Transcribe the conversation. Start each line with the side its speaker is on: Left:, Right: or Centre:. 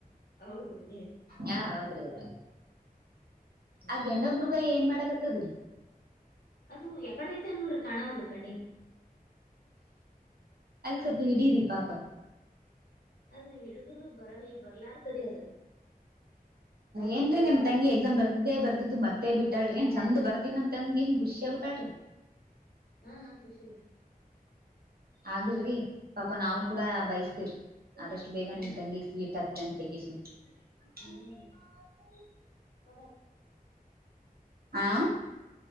Left: ಹೌದ್ರಿ
Right: ಹಾ ಹೌದ್ರಿ ಹೌದ್ರಿ
Left: ಹೌದ್ರಿ
Right: ಆ ಗೆಂಡ ಮೃಗ ಏನ್ ಮಾಡಾಕತ್ತದ್ರಿ
Left: ಅದು ಎಕಡೆ ಹೋಯಿತು ಅ ನೋಡ್ರೆ ಕಾಣಾವಲ್ದು ಕಣ್ಣಿಗೆ.
Right: ಅದಕ್ಕೆ ಸೊಪ ಹಿಡೀರಿ ಪಾಪ
Left: ಅದು ಹಡಿದ್ರು ಬರಲ್ ಬರ್ಲಾರತರಿ ಅದು
Right: ಏನ್ರೀ ನಿಮ ತಂಗಿ ಎಕ್ಸಾಮ್ ಬರ್ದಿದ್ದೇ ಬರ್ದಿದ್ದು ಮತ್ತೆ ಬಿಟ್ಟಲ್ರಿನ್ ಚಂದ್ ಬರ್ದಿನ್ಂತ ತಂಗಿ ಖುಷಿಯ ಆ ಬಿಟ್ಟಾಳ್ರಿ
Left: ಹಾ ಖುಷಿ ಗೆ
Right: ಆಗ್ಲ್ರಿ ಪಾಪಾ ನಾವು ಕೂಡ ಬಯಸ್ತಿರಿ ಆದಷ್ಟು ಬೇಗ
Left: ಹಾ
Right: ನಿಮ್ ತಂಗಿ
Left: ರೀ ಆಯ್ತ
Right: ಸೀಟ್ ಹಕ್ಲಿ ಅಂತ <unintelligible>
Left: ಹ್ಮ್ <unintelligible>
Right: ಹಾ